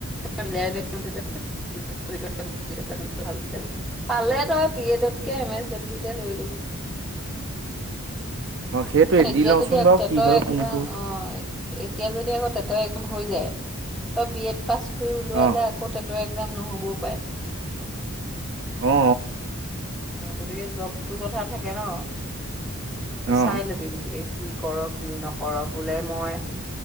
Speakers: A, in the centre; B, on the right.
A: মিলাই <unintelligible> পালে তই বি এডতকে এম এছ লৈ লবি
B: অ সেইটোৱে
A: কাৰ এতিয়া
B: দি লওঁচোন
A: যদি এক
B: বাৰু
A: তেটৰ
B: কি হয়
A: একজাম
B: কোনটো
A: অ এতিয়া যদি আকৌ তেতৰ এক্জাম হৈ যায় তই বি এড পাছ কৰি ওলোৱালে
B: অ
A: আকৌ এক্সাম নহ'বও পাৰে।
B: অ
A: গতিকে জবটোৰ কথা থাকে ন
B: অ
A: চাই ল'বি গতিকে কি কৰ কি নকৰ বোলে মই